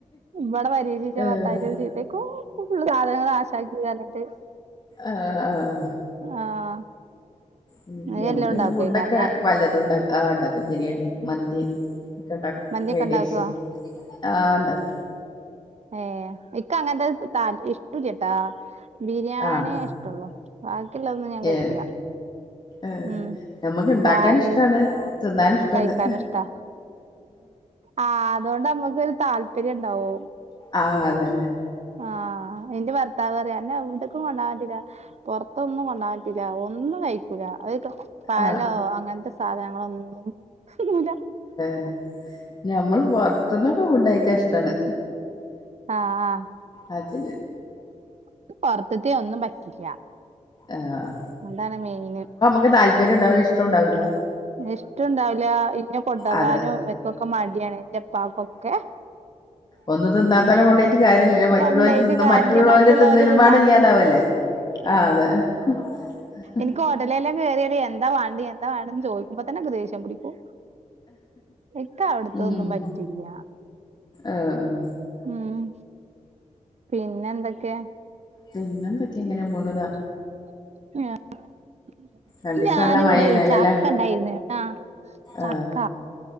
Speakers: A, on the right; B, on the left.
A: ഇബടെ പരീക്ഷിച്ച
B: ആഹ്
A: <unintelligible> പെയ്‌ക്കോ ഫുള്ള് സാധനങ്ങള് നാശാക്കീയർഞ്ഞിട്ട്
B: ആഹ് ആഹ്
A: ആഹ്.
B: ഉം,
A: നീ
B: ഞങ്ങള്‌
A: എല്ലാം
B: പിന്നെ
A: ഉണ്ടാക്കുവേക്കാരല്ലേ
B: ഫുഡൊക്കെ പലതുംണ്ടാ ആഹ് ഇണ്ടാക്കും ബിരിയാണി, മന്തി ക്കെണ്ടാക്കും
A: മന്തിയൊക്കെ
B: ഫ്രൈഡൈസും
A: ഉണ്ടാക്കുവോ
B: മന്തിയൊക്കെണ്ടാക്കും ആഹ് ണ്ടാക്കും.
A: ഏഹ് ഇക്കങ്ങത്തെ താല്പര്യ ല്ല്യട്ടാ ബിരിയാണിയഷ്ടള്ളൂ
B: ആഹ്
A: ബാക്കിയുള്ളതൊന്നും ഞാൻ കഴിക്കൂല.
B: ഏ ആഹ്
A: ഉം
B: ഞമ്മക്ക് ഇണ്ടാക്കാനുഷ്ടാണ്
A: പാല്
B: തിന്നാനുംഷ്ടാണ്.
A: കഴിക്കാൻ ഇഷ്ടാ ആഹ് അതോണ്ടമ്മക്കൊരു താല്പര്യണ്ടാവും.
B: ആഹ് അതന്നെ.
A: ആഹ് ഇന്റെ ഭർത്താവറയ അന്നെവ്ട്ക്കും കൊണ്ടാവാ പറ്റൂല്ല പൊറത്തൊന്നും കൊണ്ടാ ക്കൂല്ലാ ഒന്നും കയ്ക്കു ക്കൂല്ല അവരിക്ക് പഴോ
B: ആഹ്
A: അങ്ങൻത്തെ സാധനങ്ങളൊന്നും തിന്നൂല്ല <unintelligible>
B: <unintelligible> അത് ബോർ ത്തിന്നൊക്കെ ഫുഡ് കഴിക്കാൻ ഇഷ്ടാണ്.
A: ആഹ് ആഹ്.
B: ആഹ് അത്
A: ക്ക് പൊർത്തിതീം ഒന്നും പറ്റില്ല.
B: ആഹ്.
A: ഇന്നെന്താണ് മെയിന്?
B: ക്ക് താൽപര്യോംണ്ടാവൂല്ല ഇഷ്ട്ടോണ്ടാവൂല്ല.
A: ഇഷ്ട്ടോണ്ടാവൂല്ല ഇന്നെ കൊണ്ടോവാനും
B: അതെ
A: ഇവര്ക്കൊക്കെ മടിയാണ് ഇന്റെപ്പാക്കൊക്കെ.
B: ഒന്നും തിന്നാത്തോലെ കൊണ്ടോയിട്ട് കാര്യല്ലല്ലോ? മറ്റുള്ളോല്
A: കൊണ്ടോയിട്ട്
B: തിന്നും
A: കാര്യല്ല
B: മറ്റുള്ളോലെ
A: മറ്റുള്ളോര്
B: തിന്നലുംപാടെ
A: തിന്നാനും
B: ഇല്ലാണ്ടാവല്ലേ? ആഹ് അതെ ആഹ് <inaudible>
A: ഇൻക്ക് ഹോട്ടലെല്ലാം കേറിയാല് എന്താവാണ്ട് എന്താവാണ്ട്ന്ന് ചോദിക്കുമ്പോ തന്നെ ഇക്ക് ദേഷ്യം പിടിക്കും. ഇക്കവിടത്തതൊന്നും
B: ഉം
A: പറ്റില്ല
B: ആഹ്
A: ഉം പിന്നെന്തൊക്കെ?
B: പിന്നെന്തൊക്കെ ഇങ്ങനെപോണൂതാ.
A: ആഹ്.
B: രണ്ടീസം
A: ഞാനിവിടെയ്
B: നല്ല മഴയാണല്ലോല്ലേ
A: ചക്കണ്ടായിന്ന് ആഹ് ചക്ക
B: ആഹ്